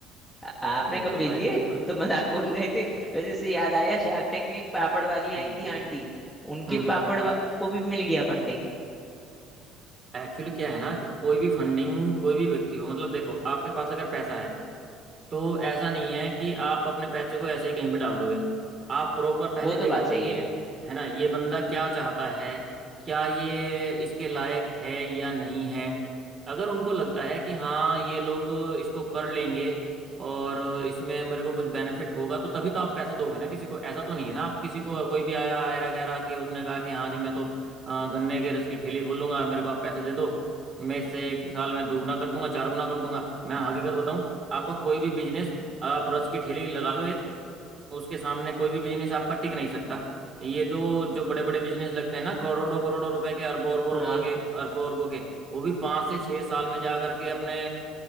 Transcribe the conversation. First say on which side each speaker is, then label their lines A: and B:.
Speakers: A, in the centre; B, on the right.
A: आ- आपने
B: बिल्कुल
A: कब बेल
B: भाई
A: लिए
B: बिल्कुल
A: हम तो मजाक बोल रहे थे वैसे इससे याद आया शार्क टैंक में एक पापड़ वाली
B: हम्म
A: आई थी आंटी उनके
B: हम्म
A: पापड़ वा... को भी मिल गया फंडिंग
B: एक्चुअली क्या है ना कि कोई भी फंडिंग कोई भी व्यक्ति हो मतलब देखो आपके पास अगर पैसा है तो ऐसा नहीं है कि आप अपने पैसे को ऐसे ही कहीं भी डाल दोगे आप प्रॉपर पहले
A: वो तो
B: देखोगे
A: बात सही
B: कि
A: है
B: है ना ये बंदा क्या चाहता है क्या ये इसके लायक है या नहीं है अगर उनको लगता है कि हाँ ये लोग इसको कर लेंगे और इसमें मेरे को कुछ बेनिफिट होगा तो तभी तो आप पैसा दोगे ना किसी को ऐसा तो नहीं है ना आप किसी को कोई भी आया ऐरा गैरा के उसने कहा कि हाँ जी मैं तो अ, गन्ने के रस की ठेली खोलूंगा मेरे को आप पैसे दे दो मैं इससे एक साल में दोगुना कर दूंगा चार गुना कर दूंगा मैं हकीकत बताऊं आपका कोई भी बिजनेस आप रस की ठेली लगा लो एक उसके सामने कोई भी बिजनेस आपका टिक नहीं सकता ये तो जो बड़े बड़े बिजनेस लगते हैं ना करोड़ों करोड़ों रुपए के अरबों अरबों
A: हाँ
B: रुपए के अरबों अरबों के वो भी पाँच से छः साल में जा करके अपने